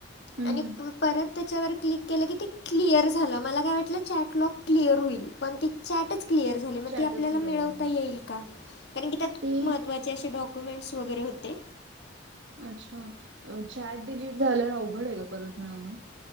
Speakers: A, on the right; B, on the left.
A: हं,
B: आणि
A: हं.
B: परत त्याच्यावर क्लिक केलं की ते क्लिअर झालं मला काय वाटलं चॅटलॉक क्लिअर होईल पण ती चॅटच क्लिअर झाली म
A: चॅटच
B: ती आपल्याला
A: क्लिअर
B: मिळवता
A: झालं.
B: येईल का? कारण की त्यात
A: ते
B: महत्त्वाचे असे डॉक्युमेंट्स वगैरे होते.
A: अच्छा अ चॅट डिलीट झाल्यावर अवघड ए ग परत मिळवणं.